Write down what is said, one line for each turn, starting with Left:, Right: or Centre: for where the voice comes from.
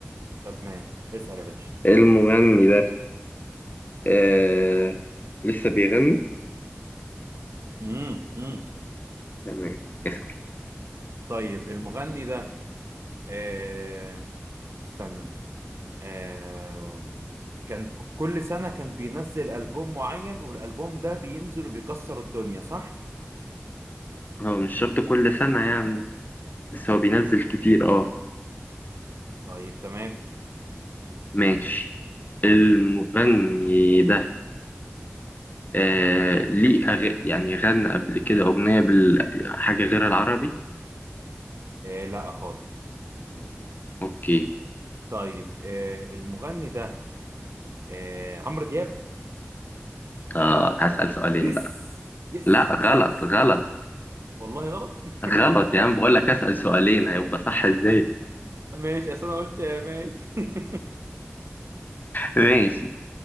Right: تمام اسأل يا باشا
Left: المغني ده آه لسه بيغني
Right: امم امم
Left: تمام اسأل
Right: طيب المغني ده آه استنى آه كان كل سنة كان بينزل ألبوم معين والألبوم ده بينزل وبيكسر الدنيا صح؟
Left: هو مش شرط كل سنة يعني بس هو بينزل كتير اه
Right: طيب تمام
Left: ماشي المغني ده آه ليه أغ... يعني غنى قبل كده أغنية بال... حاجة غير العربي
Right: آه لا خالص لا.
Left: اوكي
Right: طيب آه المغني ده آه عمرو دياب
Left: آه هسأل سؤالين
Right: يس
Left: بقى
Right: يس
Left: لا
Right: يس
Left: غلط
Right: يس
Left: غلط
Right: والله غلط <laughs>
Left: غلط يا عم بقول لك اسأل سؤالين هيبقى صح ازاي
Right: ماشي أصل أنا قلت ماشي <laughs>
Left: ماشي